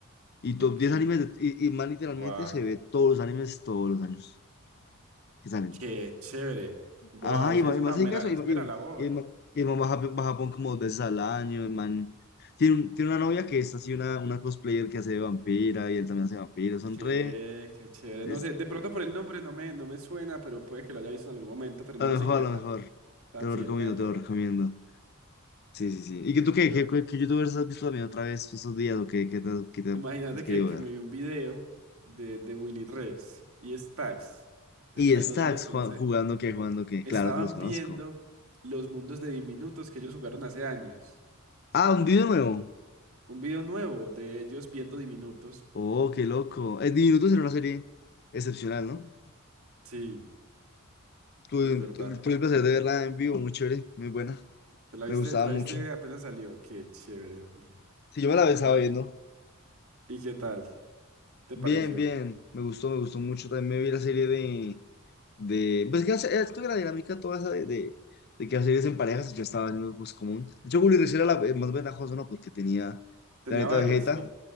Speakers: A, on the left; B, on the right.
A: Y
B: ok,
A: top 10 animes, de- y, y más literalmente
B: buah,
A: se ve todos los animes todos los años que salen.
B: qué chévere, buah,
A: Ajá,
B: es,
A: y
B: es
A: más
B: una
A: se
B: mera,
A: dedica
B: es
A: Y, ma-
B: mera
A: y,
B: labor,
A: y el man, y el man va a Japón, va a Japón como dos veces al año. El man tiene, un- tiene una novia que es así una, una cosplayer que hace de vampira y él también hace vampiro. Son
B: qué,
A: re.
B: qué chévere,
A: Es,
B: no sé, de pronto por el nombre no me, no me suena, pero puede que lo haya visto en algún momento, pero
A: A
B: no
A: lo
B: lo
A: mejor,
B: seguía
A: a lo
B: tan,
A: mejor.
B: tan
A: Te lo
B: fielmente,
A: recomiendo, te lo
B: hombre.
A: recomiendo. Sí, sí, sí. ¿Y que tú qué?
B: Pero
A: ¿Qué, qué- qué youtubers has visto también otra vez estos días o qué, qué te, qué te
B: imagínate
A: has
B: que,
A: querido
B: que
A: ver?
B: me vi un video de, de Willy Rex y Stax. <laughs>
A: Y Stacks,
B: No sé si los conoce.
A: ju- jugando qué, jugando qué.
B: Estaban
A: Claro que los conozco.
B: viendo los mundos de Diminutos que ellos jugaron hace años.
A: Ah, un video nuevo.
B: Un video nuevo de ellos viendo Diminutos.
A: Oh, qué loco. es Diminutos era una serie excepcional, ¿no?
B: Sí,
A: Tuve,
B: es verdad.
A: tuve el placer de verla en vivo, muy chévere, muy buena.
B: ¿Te la
A: Me
B: viste,
A: gustaba
B: te la
A: mucho.
B: viste apenas salió? Qué chévere, hombre.
A: Sí, yo me
B: <laughs>
A: la estaba viendo.
B: ¿Y qué tal? ¿Te
A: Bien,
B: pareció?
A: bien. Me gustó, me gustó mucho. También me vi la serie de de, pues que hace- eh, siento la dinámica toda esa de, de, de que hacer en parejas, yo estaba haciendo pues común. De hecho, Gully Rush era la eh, más
B: Sí.
A: ventajosa, ¿no? Porque tenía
B: Tenía
A: Planeta
B: varias,
A: Vegeta,
B: sí.